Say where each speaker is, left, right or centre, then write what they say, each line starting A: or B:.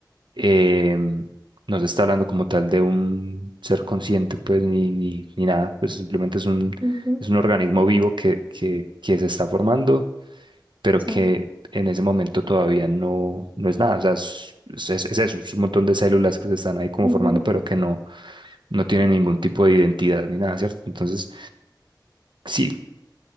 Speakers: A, on the right; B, on the right.
A: eh, no se está hablando como tal de un ser consciente, pues, ni, ni, ni nada, pues simplemente es un,
B: Ujú,
A: es un organismo vivo que, que, que se está formando, pero
B: sí.
A: que en ese momento todavía no, no es nada, o sea, es, es, es eso, es un montón de células que se están ahí como
B: ujú,
A: formando, pero que no, no tienen ningún tipo de identidad ni nada, ¿cierto? Entonces, sí,